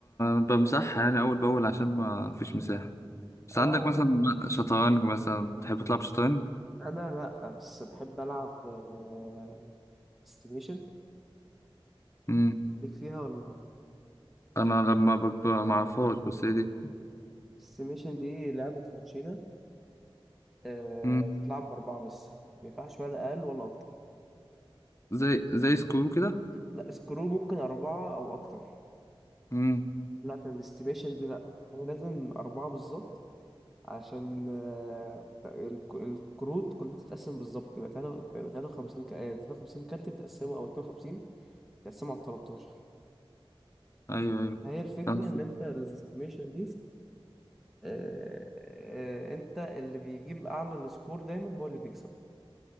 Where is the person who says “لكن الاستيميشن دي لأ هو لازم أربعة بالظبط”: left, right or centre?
Centre